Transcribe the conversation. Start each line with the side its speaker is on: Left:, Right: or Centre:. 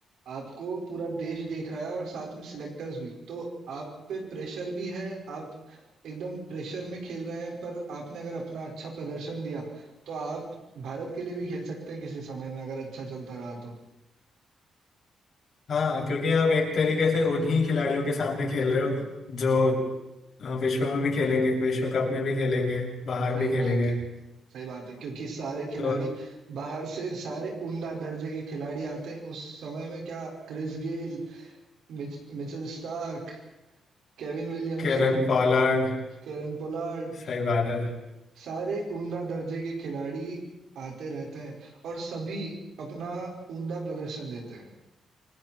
Right: आपको पूरा देश देख रहा है और साथ में सिलेक्टर्स भी तो आप पे प्रेशर भी है आप एकदम प्रेशर में खेल रहे हैं पर आपने अगर अपना अच्छा प्रदर्शन दिया तो आप भारत के लिए भी खेल सकते हैं किसी समय में अगर अच्छा चलता रहा तो
Left: हाँ क्योंकि आप एक तरीके से उन्हीं खिलाड़ियों के सामने खेल रहे हो जो अ, विश्व में भी खेलेंगे विश्व कप में भी खेलेंगे बाहर
Right: सही
Left: भी खेलेंगे
Right: बात है, सही बात है क्योंकि सारे खिलाड़ी
Left: तो
Right: बाहर से सारे उम्दा दर्जे के खिलाड़ी आते हैं। उस समय में क्या क्रिस गेल, मिच Mitchell Starc, Kevin Williamson,
Left: Kieron Pollard
Right: Kieron Pollard
Left: सही बात है
Right: सारे उम्दा दर्जे के खिलाड़ी आते रहते हैं और सभी अपना उम्दा प्रदर्शन देते हैं।